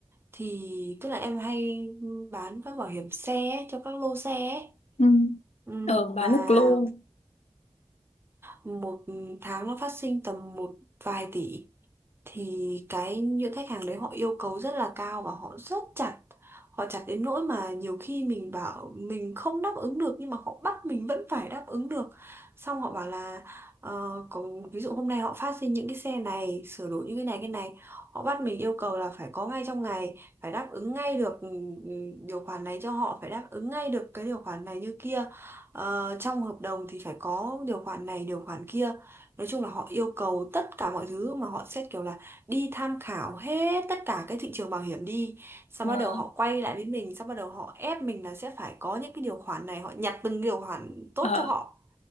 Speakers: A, on the right; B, on the left.
A: thì tức là em hay bán các bảo hiểm xe ấy, cho các lô xe ấy
B: Ừ.
A: Ừm,
B: ờ bán
A: và
B: nước lô
A: một tháng nó phát sinh tầm một vài tỷ thì cái những khách hàng đấy họ yêu cầu rất là cao và họ rất chặt họ chặt đến nỗi mà nhiều khi mình bảo mình không đáp ứng được nhưng mà họ bắt mình vẫn phải đáp ứng được xong họ bảo là ờ, có, ví dụ hôm nay họ phát sinh những cái xe này sửa đổi như cái này cái này họ bắt mình yêu cầu là phải có ngay trong ngày phải đáp ứng ngay được ừ, ừ, điều khoản này cho họ phải đáp ứng ngay được cái điều khoản này như kia Ờ, trong hợp đồng thì phải có điều khoản này điều khoản kia nói chung là họ yêu cầu tất cả mọi thứ mà họ xét kiểu là đi tham khảo hết tất cả cái thị trường bảo hiểm đi xong
B: mà
A: bắt đầu họ quay lại với mình xong bắt đầu họ ép mình là sẽ phải có những cái điều khoản này họ nhặt từng điều khoản tốt
B: ờ
A: cho họ